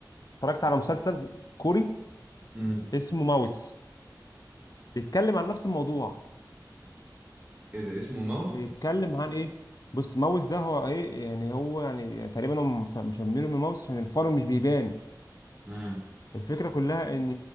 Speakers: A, on the left (about 55°); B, on the right (about 20°).
A: اتفرجت على مسلسل كوري
B: مم.
A: اسمه ماوس بيتكلم عن نفس الموضوع
B: ايه ده اسمه ماوس
A: بيتكلم عن ايه بص ماوس ده هو ايه يعني هو يعني تقريبا هم مس- مسمينه من ماوس عشان الفار مش بيبان
B: مم.
A: الفكره كلها ان